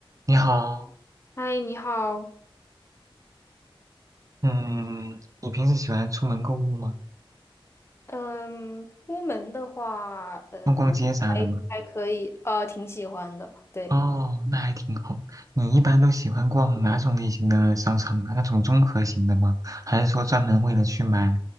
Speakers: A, on the right; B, on the left.
A: 你好，
B: 嗨，你好。
A: 嗯，你平时喜欢出门购物吗？
B: 嗯，出门的话，呃，
A: 逛逛街啥的吗？
B: 还还可以，呃，挺喜欢的。对，
A: 哦，那还挺好。你一般都喜欢逛哪种类型的商场啊？那种综合型的吗？还是说专门为了去买，